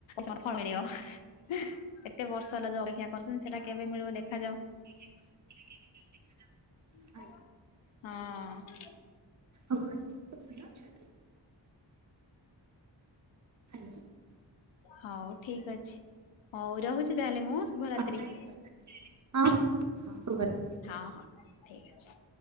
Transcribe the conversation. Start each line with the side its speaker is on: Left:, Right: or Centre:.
Left: ସଫଳ ମିଳିବ। ଏତେ ବର୍ଷ ହେଲା ଯୋଉ ଅପେକ୍ଷା କରିୁଛନ୍ତି। ସେଟା କେବେ ମିଳିବ ଦେଖାଯାଉ।
Right: <inaudible> ଦେଖା ଯାଉ।
Left: ହଁ।
Right: ଆଉ ଘରେ ସମସ୍ତେ ଭଲ ଅଛନ୍ତି? ହ୍ୟାଲୋ
Left: ହଉ ଠିକ୍ ଅଛି। ହଉ ରହୁଛି ତାହେଲେ ମୁଁ, ଶୁଭରାତ୍ରୀ।
Right: କଥା ହେଇ ଭଲ ହଁ। ହଁ ହଁ ଶୁଭରାତ୍ରି।
Left: ହଁ ହଁ ଠିକ୍ ଅଛି।